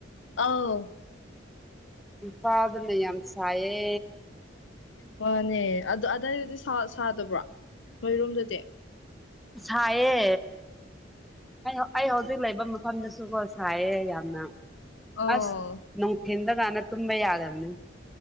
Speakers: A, on the left (about 75°); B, in the centre.
A: ꯑꯥꯎ
B: ꯏꯝꯐꯂꯗꯅ ꯌꯥꯝ ꯁꯥꯌꯦ
A: ꯃꯥꯅꯦ ꯑꯗꯣ ꯑꯗꯥꯏꯗꯗꯤ ꯁꯥ ꯁꯥꯗꯕ꯭ꯔꯣ ꯅꯣꯏꯔꯣꯝꯗꯗꯤ
B: ꯁꯥꯏꯌꯦ ꯑꯩ ꯍꯧ ꯑꯩ ꯍꯧꯖꯤꯛ ꯂꯩꯕ ꯃꯐꯝꯗꯁꯨꯀꯣ ꯁꯥꯏꯌꯦ ꯌꯥꯝꯅ
A: ꯑꯧ
B: ꯑꯁ ꯅꯨꯡꯊꯤꯟꯗ ꯀꯥꯟꯅ ꯇꯨꯝꯕ ꯌꯥꯗꯕꯅꯦ